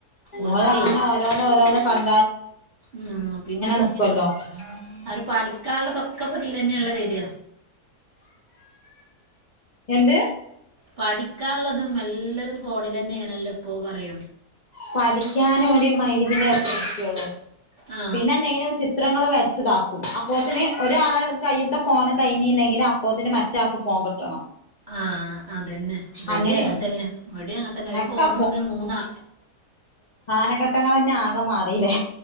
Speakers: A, on the right (about 35°); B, on the left (about 65°).
A: ഓർക്കേ
B: ഓളങ്ങനെ ഓരോന്ന് ഓരോന്ന് പറഞ്ഞ
A: ഉം പിന്നെ കുട്ട്
B: നിക്കുവല്ലോ
A: അവര് പഠിക്കാനുള്ളതൊക്കെപ്പതിൽ ന്നെയല്ല വര
B: എന്ത്
A: പഠിക്കാനുള്ളതും എല്ലതും ഫോണിൽ തന്നെയാണല്ലോ ഇപ്പോ പറയാ
B: പഠിക്കാൻ ഓൻ മൈരിബിന്റെ നേരത്തെ ഇരിക്കെള്ളൂ.
A: ആ
B: പിന്നെ എന്തെങ്കിലും ചിത്രങ്ങൾ വെരച്ച്താക്ക അപ്പോത്തിന് ഒരാള കൈത്ത ഫോൺ കഴിഞ്ഞിണ്ടങ്കിൽ അപ്പോത്തിന് മറ്റാൾക്ക് ഫോൺ കിട്ടണം
A: ആഹ അതന്നെ ഇവടിം
B: അങ്ങനെയാണ്
A: അങ്ങത്തന്നെ ഇവടിം അങ്ങത്തന്നെ ഒരു
B: ഒക്കെ
A: ഫോണുണ്ട് മൂന്ന്
B: കാനഘട്ടങ്ങൾന്നെ ആകെ മാറില്ലേ?